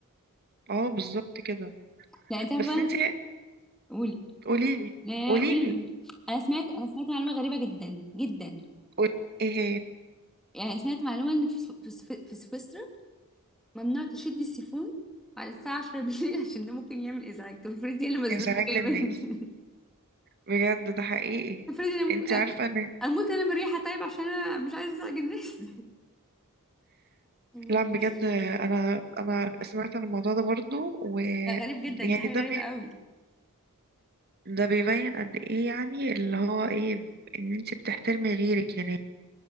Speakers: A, on the right; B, in the centre.
A: اه بالظبط كده
B: لا أنت عارفة
A: بس
B: بقى أنا
A: انت
B: س- قولي
A: قولي لي
B: لا
A: قولي
B: قولي
A: لي
B: لي. أنا سمعت أنا سمعت معلومة غريبة جدا جدا
A: قول ايه هي
B: يعني سمعت معلومة إن في سو- في سو- في سويسرا ممنوع تشدي السيفون بعد الساعة 10 بالليل <laughs> عشان ده ممكن يعمل إزعاج طب افرضي أنا مزنوقة
A: ازعاج للناس
B: جاية مني <laughs>
A: بجد ده حقيقي
B: افرضي أنا مو...
A: انت عارفه ان
B: أموت أنا من الريحة طيب عشان أنا مش عايزة أزعج الناس <laughs>
A: لا بجد انا انا سمعت عن الموضوع ده برضو ويعني
B: ده غريب جدا دي حاجة
A: ده
B: غريبة
A: بي...
B: قوي
A: ده بيبين قد ايه يعني اللي هو ايه ان انت بتحترمي غيرك يعني